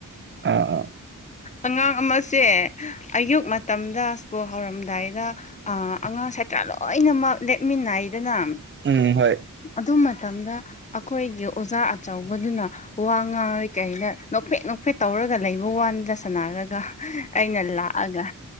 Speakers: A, on the right; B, on the left.
A: ꯑꯥ ꯑꯥ
B: ꯑꯉꯥꯡ ꯑꯃꯁꯦ ꯑꯌꯨꯛ ꯃꯇꯝꯗ ꯁ꯭ꯀꯨꯜ ꯍꯧꯔꯝꯗꯥꯏꯗ ꯑꯉꯥꯡ ꯁꯥꯠꯇ꯭ꯔꯥ ꯂꯣꯏꯅꯃꯛ ꯂꯦꯞꯃꯤꯟꯅꯩꯗꯅ
A: ꯎꯝ ꯍꯣꯏ
B: ꯑꯗꯨ ꯃꯇꯝꯗ ꯑꯩꯈꯣꯏꯒꯤ ꯑꯣꯖꯥ ꯑꯆꯧꯕꯗꯨꯅ ꯋꯥ ꯉꯥꯡꯔꯔꯤ ꯀꯩꯩꯅ ꯅꯣꯛꯐꯦꯠ ꯅꯣꯛꯐꯦꯠ ꯇꯧꯔꯒ ꯂꯩꯕ ꯋꯥꯟꯗ ꯁꯥꯟꯅꯔꯒ ꯑꯩꯅ ꯂꯥꯛꯑꯒ